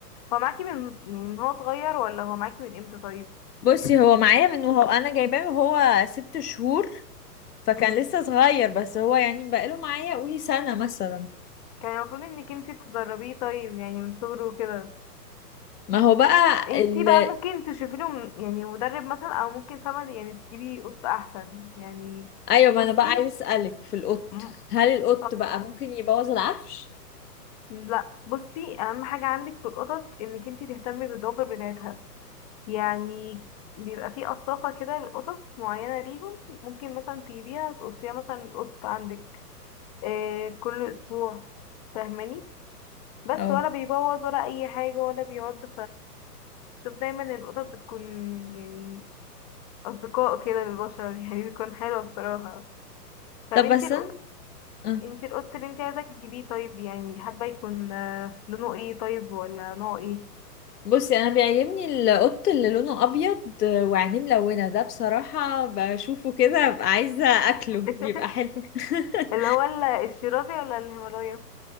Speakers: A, on the left (about 25°); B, on the left (about 70°).
A: هو معاكي من يعني من هو صغير ولا هو معاكي من امتى طيب
B: بصي هو معايا من وهو أنا جايباه وهو ست شهور فكان
A: مم.
B: لسه صغير بس هو يعني بقاله معايا قولي سنة مثلا
A: كان المفروض انك انتي تدربيه طيب يعني من صغره وكده
B: ما هو بقى
A: انتي
B: ال...
A: بقى ممكن تشوفي له م- يعني مدرب مثلا او ممكن فاهمة يعني تجيبي قط احسن يعني
B: ايوه ما
A: بصي
B: انا بقى عايز اسألك في القط
A: م-
B: هل القط
A: اه
B: بقى ممكن يبوظ العفش؟
A: لا بصي اهم حاجة عندك في القطط انك انتي تهتمي بالدوبر بتاعتها يعني بيبقى فيه قصافة كده لقطط معينة ليهم ممكن مثلا تجيبيها تقصيها مثلا القط عندك آه كل أسبوع فاهماني بس
B: اه
A: ولا بيبوظ ولا أي حاجة ولا بيعض فشوف دايما القطط بتكون يعني أصدقاء كده للبشر <laughs> يعني بيكون حلوة بصراحة طب
B: طب
A: انتي
B: بس
A: القط
B: انا آه.
A: انتي القط اللي انتي عايزة تجيبيه طيب يعني حابة يكون آه، لونه ايه طيب ولا نوعه ايه
B: بصي انا بيعجبني القط اللي لونه ابيض وعينيه ملونة ده بصراحة بشوفه كده ببقى عايزة اكله
A: <laughs>
B: بيبقى حلو <laughs>
A: اللي هو ال- الشيرازي ولا الهيمالايا